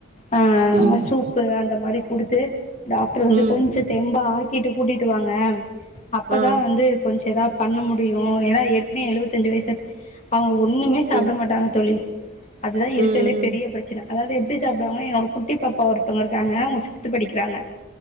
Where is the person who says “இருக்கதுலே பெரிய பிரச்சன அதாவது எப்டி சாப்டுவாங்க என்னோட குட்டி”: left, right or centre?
Left